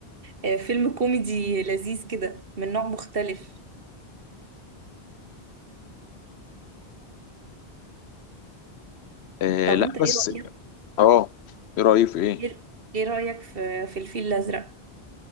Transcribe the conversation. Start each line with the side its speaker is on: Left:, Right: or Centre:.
Right: آه، فيلم كوميدي لذيذ كده من نوع مختلف
Left: آه
Right: طب
Left: لا
Right: انت ايه
Left: بس
Right: رأيك
Left: اه ايه رأيك في ايه؟
Right: ايه إيه رأيك في في الفيل الأزرق